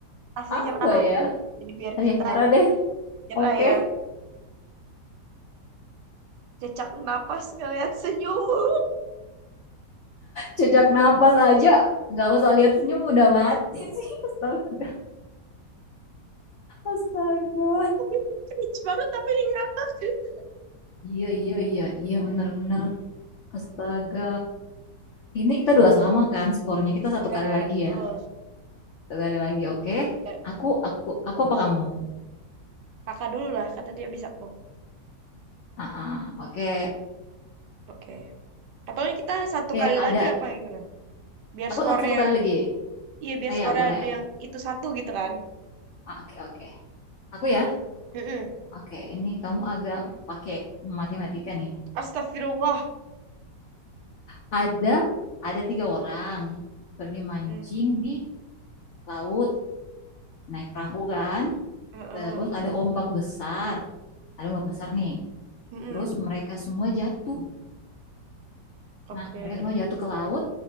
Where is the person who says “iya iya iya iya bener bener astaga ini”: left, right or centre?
Left